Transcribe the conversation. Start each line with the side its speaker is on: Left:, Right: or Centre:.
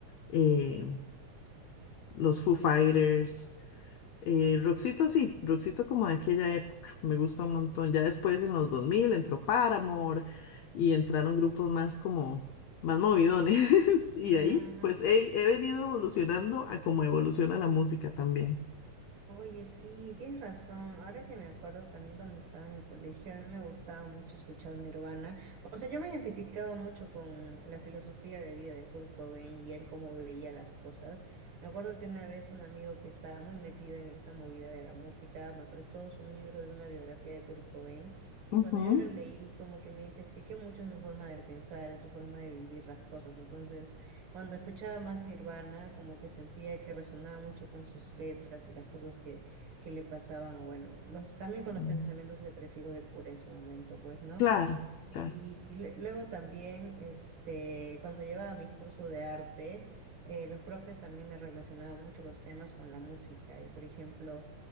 Left: eh, los Foo Fighters. Eh, Roxito sí, Roxito como de aquella época, me gusta un montón. Ya después en los 2000 entró Paramore y entraron grupos más como, más movidones. <laughs> Y
Right: Ajá,
Left: ahí
Right: ajá.
Left: pues he, he venido evolucionando a como evoluciona la música también.
Right: Oye, sí, tienes razón. Ahora que me acuerdo también cuando estaba en el colegio, a mí me gustaba mucho escuchar Nirvana. O sea, yo me identificaba mucho con la filosofía de vida de Kurt Cobain y él cómo veía las cosas. Me acuerdo que una vez un amigo que estaba muy metido en esa movida de la música me prestó un libro de una biografía de Kurt Cobain y
Left: Ujú.
Right: cuando yo lo leí como que me identifiqué mucho en su forma de pensar, en su forma de vivir las cosas. Entonces... Cuando escuchaba más Nirvana, como que sentía que resonaba mucho con sus letras y las cosas que, que le pasaban, bueno, los, también con los
Left: Mm.
Right: pensamientos depresivos de Cura en su momento, pues, ¿no?
Left: Claro,
Right: Y,
Left: claro.
Right: y le- luego también, este, cuando llevaba mis cursos de arte, eh, los profes también me relacionaban mucho los temas con la música. Y, por ejemplo,